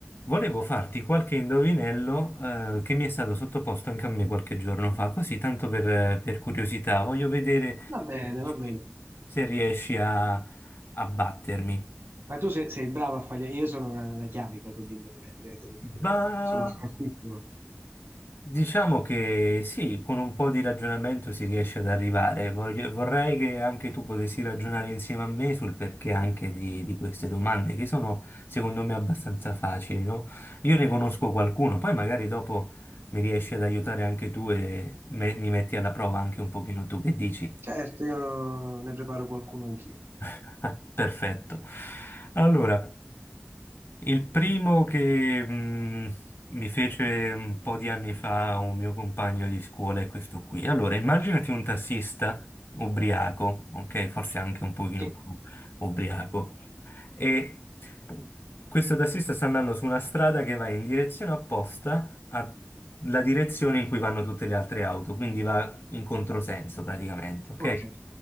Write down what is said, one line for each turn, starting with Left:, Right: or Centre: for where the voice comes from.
Left: Volevo farti qualche indovinello, eh, che mi è stato sottoposto anche a me qualche giorno fa, così tanto per, per curiosità. Voglio vedere
Right: Va
Left: se
Right: bene,
Left: riesci
Right: va bene.
Left: se riesci a, a battermi.
Right: Ma tu se- sei, bravo a fare... Io sono una, una chiavica con gli indovinelli, eh, te lo dico.
Left: Va.
Right: Sono scartissimo.
Left: Diciamo che sì, con un po' di ragionamento si riesce ad arrivare. Voglio- vorrei che anche tu potessi ragionare insieme a me sul perché anche di, di queste domande, che sono secondo me abbastanza facili, no? Io ne conosco qualcuno, poi magari dopo mi riesci ad aiutare anche tu e me- mi metti alla prova anche un pochino tu che dici.
Right: Certo, io ne preparo qualcuno anch'io.
Left: <laughs> Perfetto. Allora. Il primo che mh, mi fece un po' di anni fa un mio compagno di scuola è questo qui. Allora, immaginati un tassista ubriaco, ok? Forse anche un pochino
Right: Sì,
Left: più ubriaco. E questo tassista sta andando su una strada che va in direzione opposta alla direzione in cui vanno tutte le altre auto, quindi va in controsenso praticamente, ok?
Right: Ok.